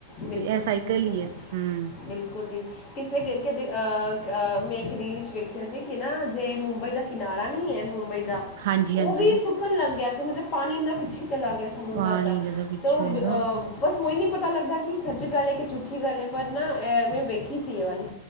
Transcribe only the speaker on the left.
ਬਿਲਕੁਲ
ਜੀ ਬਿਲਕੁਲ
ਬਿਲਕੁਲ ਜੀ ਕਿਸੇ ਅਹ ਮੈਂ ਇੱਕ ਰੀਲ ਚ ਵੇਖਿਆ ਸੀ ਕਿ ਨਾ ਜੇ ਮੁੰਬਈ ਦਾ ਕਿਨਾਰਾ ਨਹੀਂ ਹੈ ਮੁੰਬਈ ਦਾ
ਉਹ
ਵੀ ਸੁੱਕਣ ਲੱਗ ਗਿਆ ਸੀ ਮਤਲਬ ਪਾਣੀ ਇਨਾ ਪਿੱਛੇ ਚਲਾ ਗਿਆ ਸਮੁੰਦਰ
ਦਾ
ਅਤੇ ਉਹ
ਬਸ ਉਹੀ ਨਹੀਂ ਪਤਾ ਲੱਗਦਾ ਕਿ ਸੱਚ ਗੱਲ ਹੈ ਕਿ ਝੂਠੀ ਗੱਲ ਹੈ ਪਰ ਨਾ ਮੈਂ ਵੇਖੀ ਸੀ ਇਹ ਵਾਲੀ